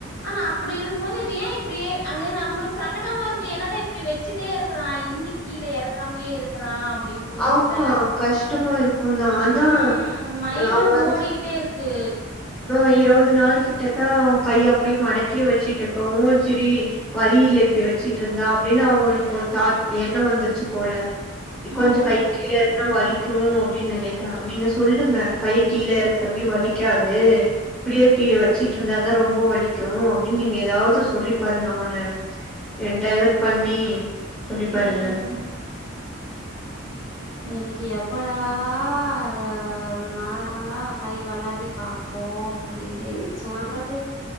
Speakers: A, on the left; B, in the centre.
A: ஆனா அப்டிருக்குபோது இவ ஏ இப்டியே அது நம்முளுக்கு சங்கடமாருக்கு என்னடா இப்டி வெச்சிட்டே இருக்கிறா இன்னிக் கீழ எறக்காம்மே இருக்கிறா அப்டின் தோணுதுல
B: ஆமா கஷ்டமா இருக்குந்தா அதா
A: ம் மைண்ட்ல
B: அவ வந்து
A: ஓடிக்கிட்டேருக் கு
B: ஆ இருவது நாள் கிட்டக்கா அவ கைய அப்டியே மடக்கியே வச்சுட்டுருக்கா வு சரி வலியில்ல இப்டி வச்சிட்டுருந்தா அப்டின்னு அவ ஒரு தாட் எண்ணோ வந்துருச்சு போல
A: ம்
B: கொஞ்சோ கை கீழ எறக்குனா வலி க்கு அப்டின் நெனைக்கிறா நீங்க சொல்லுங்க கைய கீழ எறக் தம்பி வலிக்காது இப்டியே கீழ வச்சிட்டுருந்தாதா ரொம்ப வலிக்கு அப்டின் நீங்க ஏதாவ்து சொல்லி பாருங்க அவன என்டைவர்ட் பண்ணி சொல்லி
A: ம்
B: பாருங்க
A: எனக்கு எப்படா அ அவன நார்மலா கை வெளாடி பாப்போ அப்டின்ட்டே இருக்கு சொல்றது